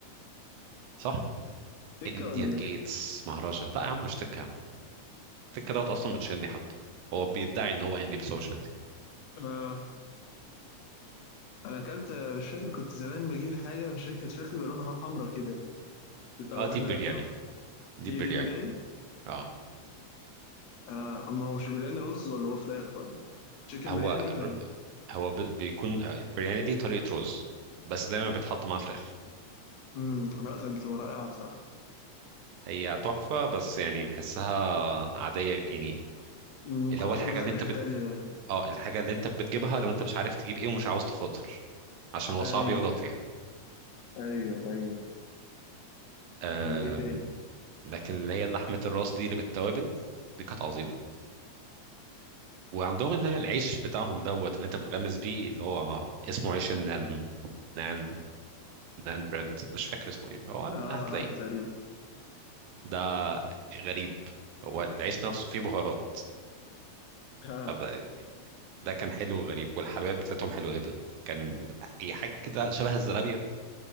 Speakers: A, on the right; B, on the left.
A: صح
B: سكة
A: انديان
B: ولا
A: جيتس
B: ايه؟
A: مهرجة لا يا عم مش تكة يا عم التكة دوت اصلا مش هندي حتى هو بيدعي ان هو هندي بس هو مش هندي
B: اه انا اكلت مش فاكر كنت زمان بجيب حاجة مش فاكر كانت فراخ بيبقى لونها حمرا كده تبقى
A: اه
B: واخدة
A: دي برياني
B: طعم
A: دي
B: هي
A: برياني
B: دي البرياني؟
A: اه
B: اه اما هو مش برياني رز ولا هو فراخ ولا تشيكن
A: هو
B: برياني
A: ر-
B: ولا
A: هو ب- بيكون آه، برياني دي طريقة رز بس دايما بيتحط معاه فراخ
B: امم لا كانت بتبقى رائعة بصراحة
A: هي تحفة بس يعني بحسها عادية يعني
B: مقارنة
A: اللي هو الحاجة
B: بالحاجات
A: اللي انت
B: التانية
A: بت... اه الحاجة اللي انت بتجيبها لو انت مش عارف تجيب ايه ومش عاوز تخاطر عشان هو
B: ايوه
A: صعب يغلط فيها
B: ايوه ايوه
A: آه...
B: طب ايه تاني؟
A: لكن اللي هي لحمة الراس دي اللي بالتوابل دي كانت عظيمة وعندهم ال- العيش بتاعهم دوت اللي انت بتغمس بيه اللي هو اسمه عيش النان نان نان بريد مش فاكر اسمه ايه هو هتلاقيه
B: اه عارفه تقريبا
A: ده غريب هو العيش نفسه فيه بهارات
B: اه
A: ده ده كان حلو وغريب والحلويات بتاعتهم حلوة جدا كان هي حاجة كده شبه الزرابية